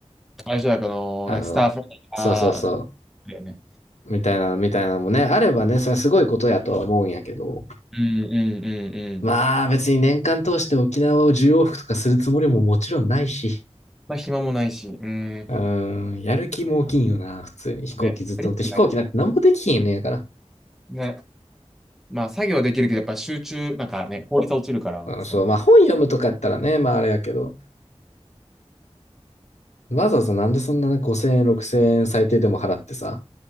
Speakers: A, in the centre; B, on the left.
A: 最初だから、あの、
B: あの、
A: なんかスタッフあ
B: そうそうそ
A: ーだよね。
B: う、みたいなの、みたいなのもね、あればね、それはすごいことやとは思うんやけど、
A: うんうんうんうん。
B: まあ別に年間通して沖縄を1往復とかするつもりももちろんないし、
A: まあ、暇もないし、うん。
B: うーん、やる気も大きいんよな、普通に。飛行機ずっと乗って、
A: ね、トリックない。
B: 飛行機なんて何もできひんねんやから。
A: ね。まあ、作業はできるけど、やっぱ集中、なんかね、効率は落ちるから、
B: うん、
A: そ
B: そう、まあ本読むとかやったらね、まああれやけど、わざわざなんでそんな5000円、6000円最低でも払ってさ、